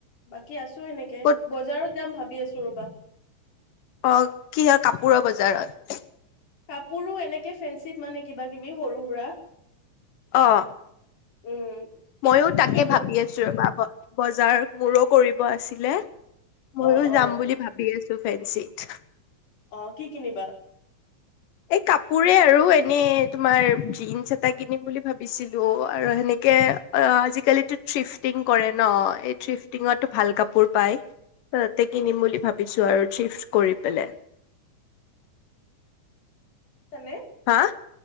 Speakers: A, on the left; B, on the left.
A: বাকী আছো সেনেকে
B: ক'ত
A: বজাৰত যাম ভাবি আছো ৰবা।
B: অ কি হয় কাপোৰৰ বজাৰত?
A: কাপোৰো এনেকে ফেঞ্চিত মানে কিবা-কিবি সৰু-সুৰা।
B: অ'
A: উম
B: মইও তাকে
A: তুমি গৈ
B: ভাবি আছো ৰবা ভন বজাৰ মোৰো কৰিব আছিলে, মইও
A: অ অ
B: যাম বুলি ভাবি আ ফেঞ্চিত
A: অ কি কিনিবা?
B: এই কাপোৰে আৰু এনে তোমাৰ জিন্স এটা কিনিম বুলি ভাবিছিলো আৰু সেনেকে এ আজিকালিটো থ্ৰিফটিং কৰে ন, এই থ্ৰিফটিংত ত ভাল কাপোৰ পায়, আহ তে কিনিম বুলি ভাবিছো আৰু থ্ৰিফ কৰি পেলে।
A: <unintelligible>
B: হা?